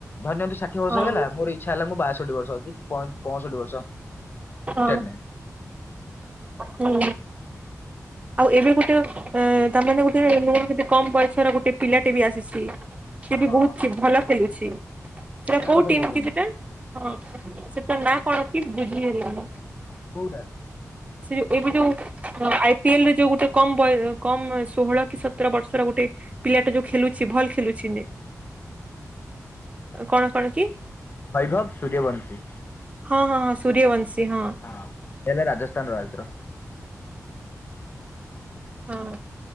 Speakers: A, on the left; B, on the right.
A: ଧରିନିଅନ୍ତୁ ଷାଠିଏ ବର୍ଷ
B: ହଁ
A: ହେଇଗଲା ମୋର ଇଛା ହେଲା ମୁ ବାଷଠି ବର୍ଷ କି ପଞ୍ଚଷଠିବର୍ଷ
B: ହଁ
A: ନେବି।
B: ହୁଁ। ଆଉ ଏବେ ଗୋଟେ <unintelligible> କମ୍ ବୟସରେ ଗୋଟେ। ପିଲାଟେ ବି ଆସିଛି ସେ
A: ହଁ
B: ବି ବହୁତ ଭଲ ଖେଲୁଚି। ସେଟା
A: କାହା
B: କୋଉ
A: କଥା
B: ଟିମ
A: କହୁଛନ୍ତି
B: କି ସେଟା ହଁ ସେଟା ନା କଣ କି ବୁଝି ହେଲାନି।
A: କୋଉଟା।
B: ସେ ଯୋଉ ଏବେ ଯୋଉ ଆଇ ପିଏଲରେ ଯୋଉ ଗୋଟେ କମ୍ ବୟ କମ ଷୋହଳ କି ସତର ବର୍ଷର ଗୋଟେ ପିଲା ଟେ ଯୋଉ ଖେଳୁଛି ଭଲ ଖେଳୁଛି ନେ କଣ କଣ କି।
A: ଵୈଭବ ସୂର୍ଯ୍ୟବଂଶୀ।
B: ହଁ ହଁ ହଁ ସୂର୍ଯ୍ୟବଂଶୀ ହଁ।
A: ହଁ ବଲେ ରାଜସ୍ଥାନ ରୟାଲ ସ ର।
B: ହଁ।